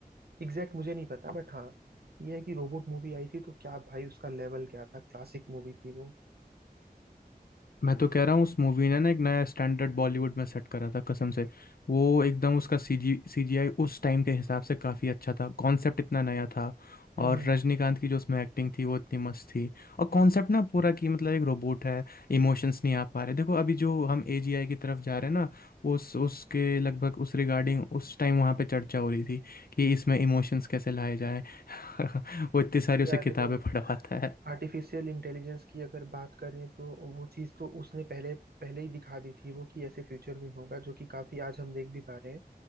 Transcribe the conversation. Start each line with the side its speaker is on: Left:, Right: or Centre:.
Right: एग्जैक्ट मुझे नहीं पता बट हाँ ये है कि रोबोट मूवी आई थी तो क्या भाई उसका लेवल क्या था क्लासिक मूवी थी वो
Left: मैं तो कह रहा हूँ उस मूवी ने ना एक नया स्टैंडर्ड बॉलीवुड में सेट करा था कसम से वो एकदम उसका सीजी सीजीआई उस टाइम के हिसाब से काफ़ी अच्छा था कॉन्सेप्ट इतना नया था
Right: हम्म
Left: और
Right: हम्म।
Left: रजनीकांत की जो उसमें एक्टिंग थी वो इतनी मस्त थी और कॉन्सेप्ट ना पूरा कि मतलब एक रोबोट है इमोशंस नहीं आ पा रहे देखो अभी जो हम एजीआई की तरफ जा रहे हैं ना उस उसके लगभग उस रिगार्डिंग उस टाइम वहाँ पे चर्चा हो रही थी कि इसमें इमोशंस कैसे लाए जाएं <laughs> वो इतनी सारी उसे
Right: यार
Left: किताबें
Right: देखो
Left: पढ़वाता है
Right: आर्टिफिशियल इंटेलिजेंस की अगर बात करें तो वो चीज़ तो उसने पहले पहले ही दिखा दी थी वो कि ऐसे फ्यूचर में होगा जो कि काफी आज हम देख भी पा रहे हैं